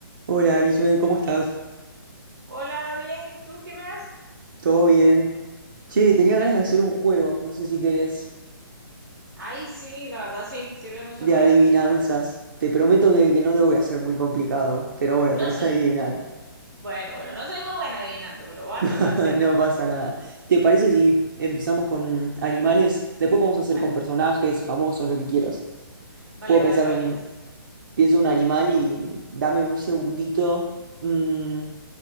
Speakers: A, on the right; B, on the right.
A: Hola, Elizabeth, ¿cómo estás?
B: Hola, bien, ¿y tú qué más?
A: ¿Todo bien? Che, tenía
B: Chévere.
A: ganas de hacer un juego, no sé si querés,
B: Ay, sí, la verdad sí, sirve mucho
A: de
B: para
A: adivinanzas.
B: desestresarme.
A: Te prometo que, que no te voy a hacer muy complicado, pero bueno,
B: No
A: tenés
B: soy,
A: que adivinar.
B: mm, bueno, bueno, no soy muy buena adivinando, pero voy a
A: <laughs>
B: tratar, ¿sí?
A: No pasa nada. ¿Te parece si empezamos con animales? Después podemos hacer
B: Ah,
A: con personajes, famosos, lo que quieras.
B: Vale,
A: Puedo pensar
B: vale, vale.
A: un...
B: Liz.
A: Pienso un animal y dame un segundito. Mm,